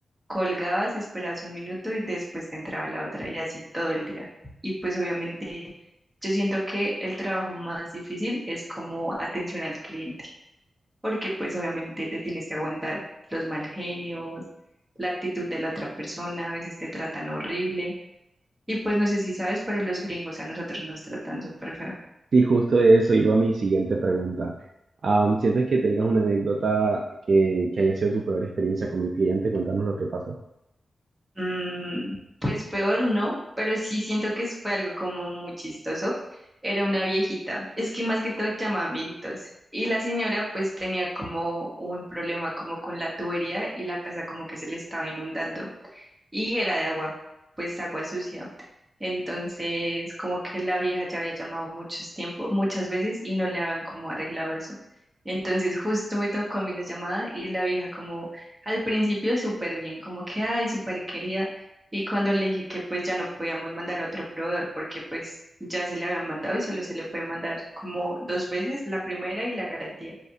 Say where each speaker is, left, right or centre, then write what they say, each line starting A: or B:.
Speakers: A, on the right (about 15°); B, on the right (about 65°).
A: colgabas, esperabas un minuto y después te entraba la otra y así todo el día. Y pues obviamente yo siento que el trabajo más difícil es como atención al cliente, porque pues obviamente te tienes que aguantar los mal genios, la actitud de la otra persona, a veces te tratan horrible. Y pues no sé si sabes, pero los gringos a nosotros nos tratan súper feo.
B: sí, justo de eso iba mi siguiente pregunta. Am, ¿sientes que tengas una anécdota que, que haya sido tu peor experiencia con un cliente? Cuéntanos lo que pasó.
A: Mm, pues peor no, pero sí siento que es- fue algo como muy chistoso. Era una viejita, es que más que todo llamaban viejitos. Y la señora pues tenía como un problema como con la tubería y la casa como que se le estaba inundando y era de agua, pues agua sucia. Entonces, como que la vieja ya había llamado muchos tiempo, muchas veces y no le habían como arreglado eso. Entonces, justo me tocó a mí esa llamada y la vieja como al principio súper bien, como que, ay, súper querida. Y cuando le dije que pues ya no podíamos mandar a otro proveedor porque pues ya se le habían mandado y solo se le puede mandar como dos veces, la primera y la garantía.